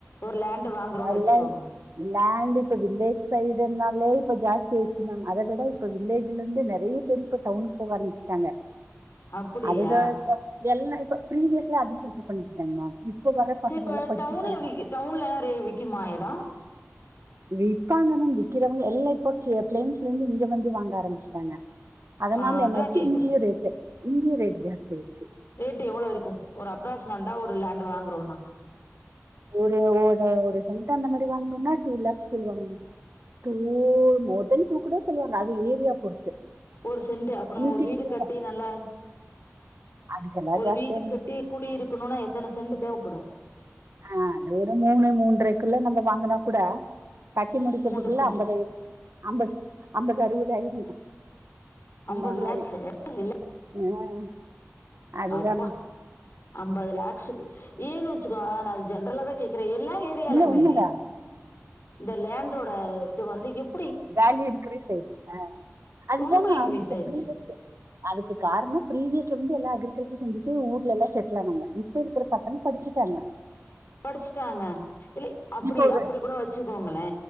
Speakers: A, on the left; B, on the right.
A: ஒரு லேண்டு் வாங்கறோன்
B: எல்லா
A: வெச்சுக்கோங்க
B: லேண்ட் இப்ப வில்லேஜ் சைடுன்னாலே இப்ப ஜாஸ்தி ஆய்ர்ச்சு மேம் அத விட இப்ப வில்லேஜ்லர்ந்து நெறைய பேரு இப்ப டவுனுக் போக ஆரம்பிச்ட்டாங்க
A: அப்டியா
B: அதுதா இப்ப எல்லா இப்ப பிரீவியஸ்ல அக்ரிகல்ச்சர் பண்ணீட்ருந்தாங் மேம் இப்ப வர பசங்கல்லா
A: சரி இப்ப
B: படிச்சிட்டாங்க
A: வி டவுன்ல ரே விக்குமா எடோ
B: விப்பாங்கன் என்ன விக்கிறவ்ங்க எல்லா இப்போ கே ப்ளைன்ஸ்லர்ந்து இங்க வந்து வாங்க ஆரம்பிஸ்ட்டாங்க அதனால
A: ஆ
B: என்னாய்ர்ச்சு
A: அதா கேக்குறே
B: இங்கயு ரேட்டு இங்கயு ரேட் ஜாஸ்தி ஆய்
A: ரேட்டு் எவ்ளோ இருக்கு ஒரு அப்ரக்ஸ்மெண்டா ஒரு லேண்டு் வாங்கறோன்னா
B: ஒரு ஒரு ஒரு சென்ட் அந்த மாரி வாங்ணுன்னா டூ லேக்ஸ் சொல்வாங்க மேம் டூ மோர்தென் டூ கூட சொல்லுவாங்க அது ஏரியா பொறுத்து
A: ஒரு சென்ட்டு அப்ப நா
B: இன்டீரியர்
A: ஒரு வீடு கட்டி நல்லா
B: அதுக்கெல்லாம்
A: ஒரு
B: ஜாஸ்தி
A: வீடு
B: ஆகும்
A: கட்டி குடியிருக்கணுனா எத்தன செண்டு தேவப்படு
B: ஆ அது ஒரு மூணு மூன்ரைக்குள்ள நம்ம வாங்குனா கூட கட்டி முடிக்கற்துக்குள்ள
A: மூன்ற சென்ட்டு
B: அந்த ரே அம்பது அம்பது அறுவது ஆய்ருங்க அந்தா
A: அம்பது
B: மாரி
A: லேக்ஸு இல்ல
B: ம் அதுதான்
A: அப்பா அம்பது லேக்ஸுடி ஏன்னு வெச்சுக்கோ நா அது ஜென்ரலா தா கேக் க்கிற எல்லா ஏரியாலுமே
B: இல்ல உண்மைதான்
A: இந்த லேண்டோட இது வந்து எப்
B: வேல்யூ இன்க்ரீஸ் ஆய்ர்ச்சு மேம் அதுதா
A: ரொம்ப
B: மேம்
A: இன்க்ரீஸ்
B: இப்ப
A: ஆயிடுச்சு
B: ப்ரீவியஸு அதுக்கு காரணோ ப்ரீவியஸ்ல வந்து எல்லா அக்ரிகல்ச்சர் செஞ்சிட்டு ஊர்ல எல்லா செட்டில் ஆனாங்க இப் ப இருக்கிற பசங்க படிச்சிட்டாங்க
A: படிஸ்ட்டாங்க இல்ல அப்பிடி
B: இப்போ ஒரு
A: அப்பிடி கூட வச்சுக்கோங்களே